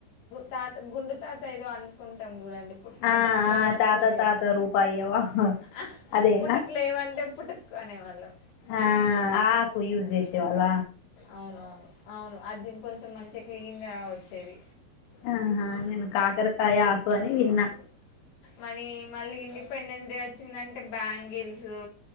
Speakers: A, on the left; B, on the left.
A: తాత గుండు తాత ఏదో అనుకుంటాం చూడండి పు
B: ఆ
A: దాని ఫ్లవర్స్
B: ఆ తాత
A: తోటి చేత్-
B: తాత రూపాయి ఇయ్యవా
A: ఆహ్,
B: అదేనా
A: పుటుక్ లేవంటే పుటుక్ అనేవాళ్ళం
B: ఆ ఆ ఆకు యూస్ చేసే వాళ్ళ
A: అవునవును అవును అది కొంచెం మంచిగా క్లీన్ గా వచ్చేది
B: ఆహా నేను కాకరకాయ ఆకు అని విన్నా
A: మనీ మళ్ళీ ఇండిపెండెన్స్ డే వచ్చిందంటే బ్యాంగిల్సు